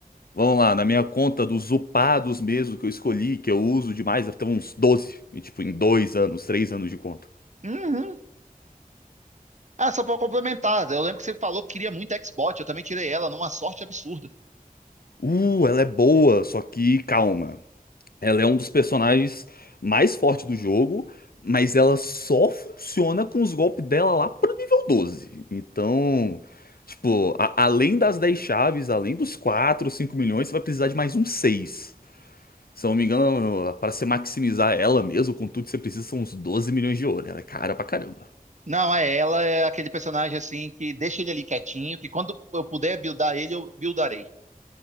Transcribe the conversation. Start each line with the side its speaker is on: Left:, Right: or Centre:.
Left: vamos lá, na minha conta dos upados mesmo que eu escolhi, que eu uso demais, deve ter uns 12 e, tipo, em dois anos, três anos de conta.
Right: uhum. Ah, só pra complementar, eu lembro que você falou que queria muito Xbox, eu também tirei ela numa sorte absurda.
Left: Uh, ela é boa, só que calma. Ela é um dos personagens mais fortes do jogo, mas ela só funciona com os golpes dela lá pro nível doze Então, tipo, a- além das 10 chaves, além dos 4, 5 milhões, você vai precisar de mais uns seis Se eu não me engano, para você maximizar ela mesmo, com tudo que você precisa, são uns 12 milhões de ouro. Ela é cara pra caramba.
Right: Não, é ela, é aquele personagem assim que deixa ele ali quietinho, que quando eu puder buildar ele, eu buildarei.